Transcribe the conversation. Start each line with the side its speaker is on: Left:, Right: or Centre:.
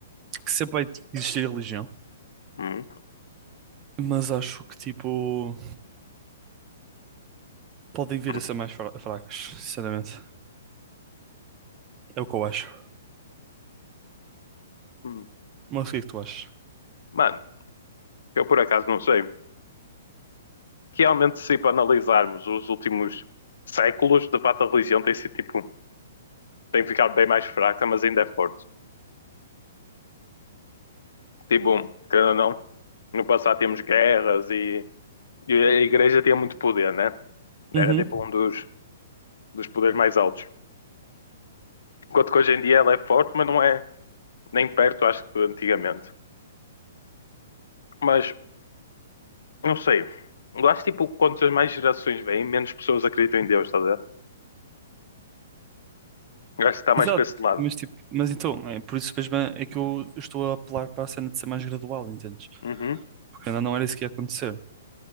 Right: que sempre vai existir religião,
Left: Hum,
Right: mas acho que tipo, podem vir
Left: hum,
Right: a ser mais fra- fracas, sinceramente. É o que eu acho.
Left: hum.
Right: Mas o que é que tu achas?
Left: Mano, eu por acaso não sei. Realmente, se para analisarmos os últimos séculos, de fato a religião tem sido tipo, tem ficado bem mais fraca, mas ainda é forte. Tipo, querendo ou não, no passado tínhamos guerras e, e a igreja tinha muito poder, né? Era
Right: Uhum.
Left: tipo um dos, dos poderes mais altos. Enquanto que hoje em dia ela é forte, mas não é nem perto, acho que antigamente. Mas Não sei. Eu acho tipo, quantas mais gerações vêm, menos pessoas acreditam em Deus, estás a ver? Eu acho que está mais
Right: Exato,
Left: para esse lado.
Right: mas tipo, mas então, é por isso mesmo é que eu estou a apelar para a cena de ser mais gradual, entendes?
Left: Uhum.
Right: Porque ainda não era isso que ia acontecer.